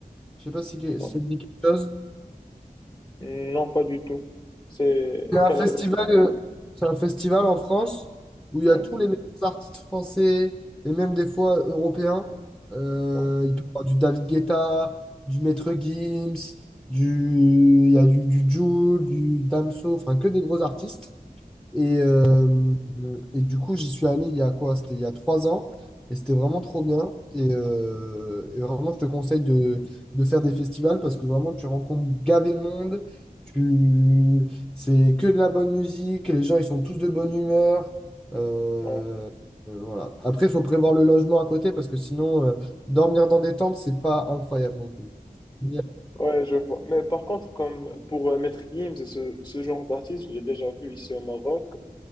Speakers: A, in the centre; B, on the left.
A: Je sais pas si que-
B: ouais.
A: ça te dit quelque chose.
B: Non, pas du tout. C'est
A: C'est un
B: quel
A: festival,
B: artiste?
A: euh, c'est un festival en France où il
B: Ouais,
A: y a tous les meilleurs artistes français et même des fois euh, européens. Euh,
B: ouais,
A: il peut y avoir du David Guetta, du Maître Gims, du, il y a du, du Jul, du Damso, enfin que des gros artistes. Et, euh,
B: ouais.
A: et du coup, j'y suis allé il y a quoi? C'était il y a trois ans. Et c'était vraiment trop bien. Et, euh, et vraiment, je te conseille de, de faire des festivals parce que vraiment, tu rencontres gavé de monde. Tu, c'est que de la bonne musique, les gens ils sont tous de bonne humeur. Euh,
B: Ouais,
A: euh, voilà. Après, il faut prévoir le logement à côté parce que sinon, euh, dormir dans des tentes, c'est pas incroyable non plus. Yeah.
B: Ouais, je vois. Mais par contre, comme pour euh, Maître Gims et ce, ce genre d'artiste, je l'ai déjà vu ici au Maroc.